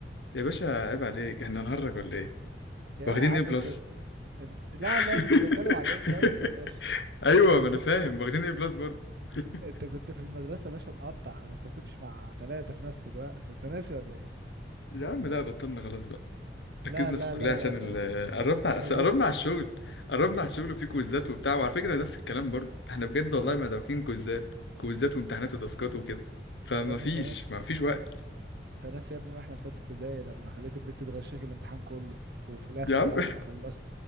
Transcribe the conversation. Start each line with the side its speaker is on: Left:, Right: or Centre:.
Left: يا باشا عيب عليك احنا هنهرج ولا ايه
Right: يا
Left: واخدين
Right: عم
Left: ايه بلس
Right: انت انت... لا
Left: <laughs>
Right: لا مش بتكلم على ايه بلس يا باشا
Left: ايوه
Right: انت
Left: ما
Right: كنت
Left: انا
Right: في...
Left: فاهم واخدين ايه بلس برضه <laughs>
Right: انت كنت في المدرسة يا باشا مقطع انت بتمشي مع ثلاثة في نفس الوقت انت ناسي ولا ايه
Left: يا عم لا بطلنا خلاص بقى
Right: لا
Left: ركزنا
Right: لا
Left: في الكليه
Right: لا
Left: عشان
Right: لا لا لا
Left: ال- قربنا أصل
Right: ما اظنش
Left: قربنا على الشغل قربنا على الشغل وفي كويزات وبتاع وعلى فكره نفس الكلام برضه احنا بجد والله
Right: لا.
Left: ما دابكين كويزات كويزات وامتحانات
Right: انت...
Left: وتاسكات وكده فما
Right: يا ابني
Left: فيش
Right: انت نا...
Left: ما فيش وقت
Right: انت انت ناسي يا ابني واحنا في ستة ابتدائي لما خليت البنت تغشك الامتحان كله وفي الاخر
Left: يا عم
Right: اول ما خلصت